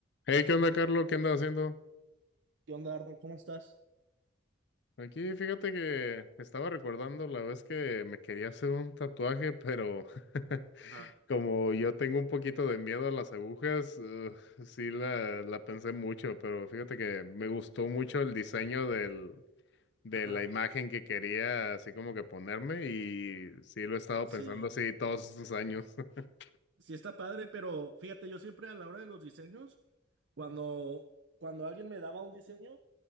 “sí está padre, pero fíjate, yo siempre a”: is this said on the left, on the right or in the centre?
Right